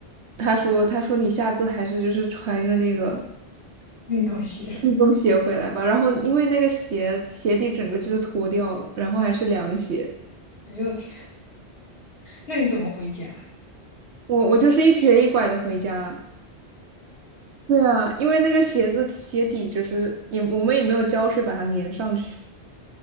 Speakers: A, on the right; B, on the left.
A: 他说他说你下次还是就是穿一个那个。
B: 运动鞋。
A: 运动鞋回来吧。然后因为那个鞋鞋底整个就是脱掉了，然后还是凉鞋，
B: 哎呦我天，那你怎么回家？
A: 我我就是一瘸一拐的回家。对啊，因为那个鞋子鞋底就是也我们也没有胶水把它粘上去。